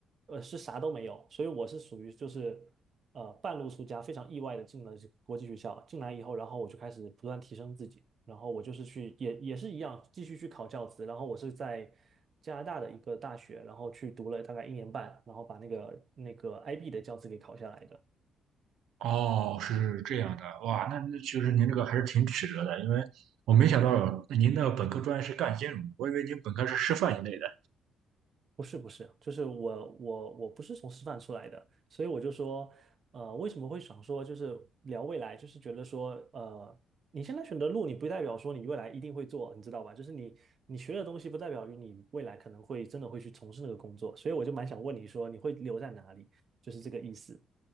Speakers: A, on the right; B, on the right.
A: 呃，是啥都没有，所以我是属于就是，呃，半路出家，非常意外的进了这个国际学校。进来以后，然后我就开始不断提升自己，然后我就是去也也是一样，继续去考教资。然后我是在加拿大的一个大学，然后去读了大概一年半，然后把那个那个 IB 的教资给考下来的。
B: 哦，是这样的，哇，那那其实您这个还是挺曲折的，因为我没想到您的本科专业是干金融的，我以为您本科是师范一类的。
A: 不是不是，就是我我我不是从师范出来的，所以我就说，呃，为什么会想说就是聊未来，就是觉得说，呃，你现在选的路，你不代表说你未来一定会做，你知道吧？就是你你学的东西，不代表于你未来可能会真的会去从事那个工作，所以我就蛮想问你说，你会留在哪里？就是这个意思。